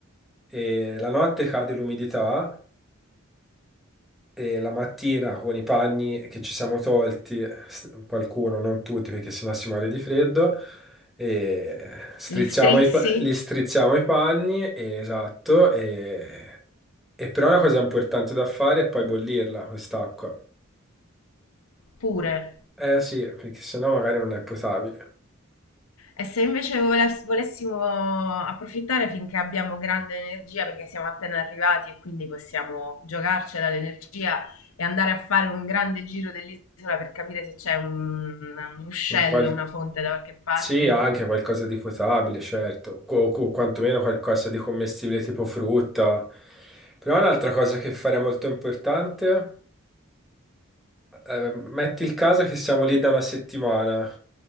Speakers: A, in the centre; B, on the left.
A: E la notte cade l'umidità e la mattina con i panni che ci siamo tolti, s- qualcuno, non tutti, perché sennò si muore di freddo, e strizziamo
B: Li strizzi
A: i, pa- li strizziamo i panni, e- esatto, e, e però una cosa importante da fare è poi bollirla, quest'acqua.
B: pure.
A: Eh sì, perché sennò magari non è potabile.
B: E se invece voles- volessimo approfittare finché abbiamo grande energia, perché siamo appena arrivati e quindi possiamo giocarcela l'energia e andare a fare un grande giro dell'isola per capire se c'è un, un ruscello,
A: Un qual-
B: una fonte da qualche parte?
A: Sì, anche qualcosa di potabile, certo, o, o quantomeno qualcosa di commestibile tipo frutta. Però un'altra cosa che fare è molto importante, eh, metti il caso che siamo lì da una settimana,